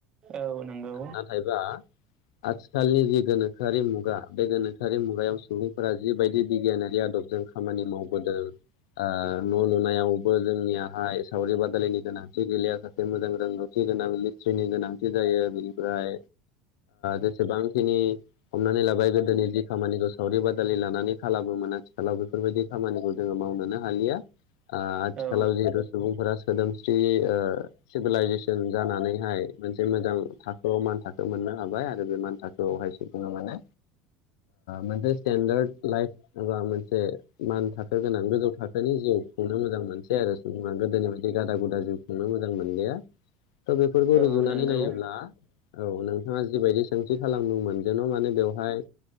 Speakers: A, on the right; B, on the left.
A: औ नंगौ
B: नाथायबा आथिखालनि जि गोनोखोआरि मुगा बे गोनोखो भासारि मुगायाव सुबुंफोरा जिबायदि बिगियानारि आदबजों खामानि माव न' लुनायावबो जोंनियाहाय सावरि बादालिनि गोनांथि गैया जाथसे मोजां रांगौथि होनोनां नि गोनांथि जायो बिनिफ्राय जेसेबांखिनि हमनानै लाबाय गोदो नि जि खामानिखौ सावरि बादालि लानानै खालामोमोन आथिखालाव बेफोरबायदि खामानिखौ जोङो मावनोनो हालिया आथिखालाव
A: औ
B: जिहेतु सुबुंफोरा सोदोमस्रि सिभिलाइजेसन जानानैहाय मोनसे मोजां थाखोआव मान थाखो मोननो हाबाय आरो बे मान थाखोआवहायसो बुङो माने मोनसे स्टेेनडार्द लाइफ एबा मोनसे मान थाखो गोनां गोजौ थाखोनि जिउ खुंनो मोजां मोनसे आरो सुबुङा गोदोनि बदि गादा गुदा जिउ खुंनो मोजां मोन मोनलिया थ' बेफोरखौ
A: औ
B: रुजुनानै
A: नंगौ
B: नायोब्ला औ नोंथाङा जिबायदि सोंथि खालामदोंमोन जेन' माने बेवहाय